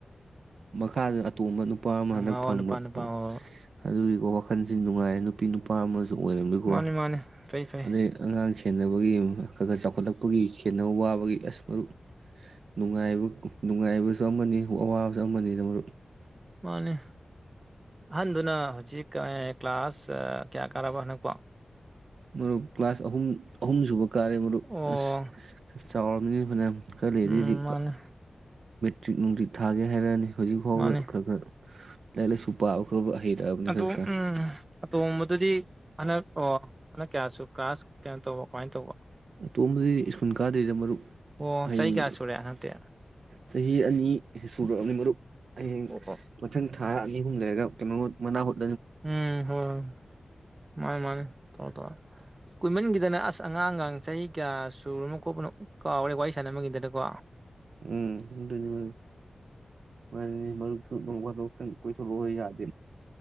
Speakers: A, on the right; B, on the right.
A: ꯃꯈꯥꯗ ꯑꯇꯣꯝꯕ ꯅꯨꯄꯥ ꯑꯃ ꯍꯟꯗꯛ
B: ꯃꯥ
A: ꯐꯪꯕ
B: ꯍꯣ ꯅꯨꯄꯥ ꯅꯨꯄꯥ ꯍꯣ ꯍꯣꯏ
A: ꯑꯗꯨꯒꯤꯀꯣ ꯋꯥꯈꯟꯖꯤ ꯅꯨꯡꯉꯥꯏꯔꯦ ꯅꯨꯄꯤ ꯅꯨꯄꯥ ꯑꯃꯖꯨ ꯑꯣꯏꯔꯝꯃꯤꯀꯣ
B: ꯃꯥꯅꯤ ꯃꯥꯅꯤ ꯐꯩ ꯐꯩ
A: ꯑꯗꯩ ꯑꯉꯥꯡꯁꯤꯡ <unintelligible> ꯈꯒ ꯆꯥꯎꯈꯠꯂꯛꯄꯒꯤ ꯁꯦꯟꯅꯕ ꯋꯥꯕꯒꯤ ꯑꯁ ꯃꯔꯨꯞ ꯅꯨꯡꯉꯥꯏꯕ ꯅꯨꯡꯉꯥꯏꯕ ꯁꯨ ꯑꯃꯅꯤ ꯑꯋꯥꯕꯁꯨ ꯑꯃꯅꯤ ꯃꯔꯨꯞ
B: ꯃꯥꯅꯦ ꯑꯍꯟꯗꯨꯅ ꯍꯧꯖꯤꯛ ꯀ꯭ꯂꯥꯁ ꯀꯌꯥ ꯀꯥꯔꯕ ꯍꯟꯅꯛꯄꯣ
A: ꯃꯔꯨꯞ ꯀ꯭ꯂꯥꯁ ꯑꯍꯨꯝ ꯑꯍꯨꯝ ꯁꯨꯕ ꯀꯥꯔꯦ ꯃꯔꯨꯄ
B: ꯑꯣ
A: ꯑꯁ <unintelligible> ꯃꯤ ꯐꯅ <unintelligible> ꯈꯔꯥ ꯂꯩꯦꯗꯩꯩꯗꯤ
B: ꯎꯝ ꯃꯥꯅꯤ
A: ꯆ꯭ꯤꯛ ꯅꯨꯡꯤꯠ ꯊꯥꯒꯦ ꯍꯥꯏꯔꯛꯑꯅꯤ ꯍꯧꯖꯤꯛ ꯐꯥꯎꯗ
B: ꯃꯥꯅꯤ
A: ꯈꯔ ꯈꯔ ꯂꯥꯏꯔꯤꯛ ꯂꯥꯏꯁꯨ ꯄꯥꯕ ꯈꯔꯕ ꯍꯩꯔꯛꯑꯕꯅꯤ
B: ꯑꯗꯣ
A: ꯈꯔ
B: ꯎꯝ
A: ꯈꯔ
B: ꯑꯇꯣꯝꯕꯗꯨꯗꯤ ꯍꯟꯗꯛ ꯑꯣ ꯍꯅ ꯀꯌꯥꯁꯨ ꯀ꯭ꯂꯥꯁ ꯀꯩꯅꯣ ꯇꯧꯕ ꯀꯃꯥꯏꯅ ꯇꯧꯕ
A: ꯑꯇꯣꯝꯕꯗꯤ ꯁ꯭ꯀꯨꯜ ꯀꯥꯗ꯭ꯔꯤꯗ ꯃꯔꯨꯞ
B: ꯑꯣ
A: ꯍꯌꯦꯡ
B: ꯆꯍꯤ ꯀꯌꯥ ꯁꯨꯔꯦ ꯍꯟꯗꯛꯇꯤ
A: ꯆꯍꯤ ꯑꯅꯤ ꯁꯨꯔꯛꯑꯝꯅꯤ ꯃꯔꯨꯞ ꯍꯌꯦꯡ
B: ꯑꯣ
A: ꯃꯊꯪ ꯊꯥꯔ <unintelligible>
B: ꯎꯝ ꯍꯣꯏ ꯍꯣꯏ ꯃꯥꯅꯤ ꯃꯥꯅꯤ ꯇꯧꯔꯣ ꯇꯧꯔꯣ ꯀꯨꯏꯃꯟꯒꯤꯗꯅ ꯑꯁ ꯑꯉꯥꯡꯒꯥꯡ ꯆꯍꯤ ꯀꯌꯥ ꯁꯨꯔꯅꯣ ꯈꯣꯠꯄꯅꯣ ꯀꯥꯎꯔꯦ ꯋꯥꯔꯤ ꯁꯥꯟꯅꯃꯟꯒꯤꯗꯅꯀꯣ
A: ꯎꯝ ꯑꯗꯨꯅꯤ ꯃꯔꯨꯞ ꯃꯅꯤ ꯃꯔꯨꯞꯁꯨ ꯅꯣꯡꯐꯗꯣꯛꯇꯪ ꯀꯣꯏꯊꯣ <unintelligible>